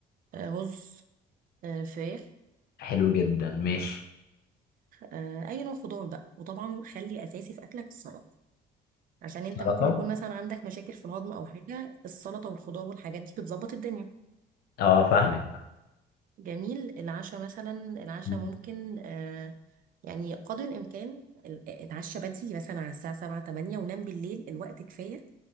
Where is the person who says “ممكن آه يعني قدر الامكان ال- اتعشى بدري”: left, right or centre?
Right